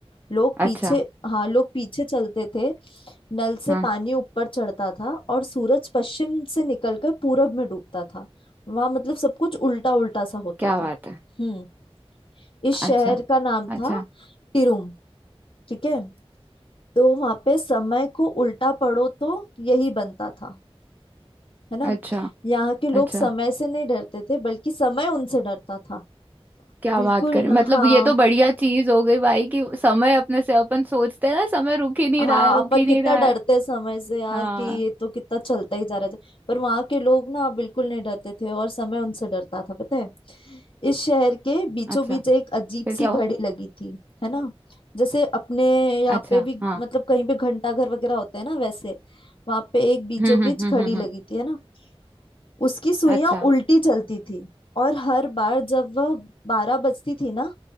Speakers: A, on the left; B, on the right.
A: लोग पीछे
B: अच्छा
A: हाँ लोग पीछे चलते थे नल से
B: हाँ
A: पानी ऊपर चढ़ता था और सूरज पश्चिम से निकलकर पूरब में डूबता था वहां मतलब सब कुछ उल्टा उल्टा सा होता
B: क्या
A: था
B: बात है
A: हम्म इस
B: अच्छा
A: शहर का नाम
B: अच्छा
A: था टिरुम ठीक है तो वहां पे समय को उल्टा पढ़ो तो यही बनता था है ना
B: अच्छा
A: यहाँ के लोग
B: अच्छा
A: समय से नहीं डरते थे बल्कि समय उनसे डरता था
B: क्या
A: बिल्कुल
B: बात करें मतलब
A: हाँ
B: ये तो बढ़िया चीज हो गई भाई कि समय अपने से अपन सोचते हैं ना समय रुक ही नहीं
A: हाँ
B: रहा है रुक
A: अपन
B: ही
A: कितना
B: नहीं रहा
A: डरते
B: है
A: हैं समय से यार
B: हाँ
A: कि ये तो कितना चलता ही जा रहा है पर वहां के लोग ना बिल्कुल नहीं डरते थे और समय उनसे डरता था पता है इस शहर के बीचों
B: अच्छा
A: बीच एक अजीब
B: फिर क्या
A: सी घड़ी
B: हुआ
A: लगी थी है ना जैसे अपने यहाँ
B: अच्छा
A: पे भी
B: हाँ
A: मतलब कहीं पे घंटा घर वगैरह होते हैं ना वैसे वहां पे एक बीचों
B: हम्म
A: बीच
B: हम्म हम्म
A: घड़ी
B: हम्म
A: लगी
B: हम्म,
A: थी है ना उसकी सुइयां
B: अच्छा
A: उल्टी चलती थी और हर बार जब वह बारह बजती थी ना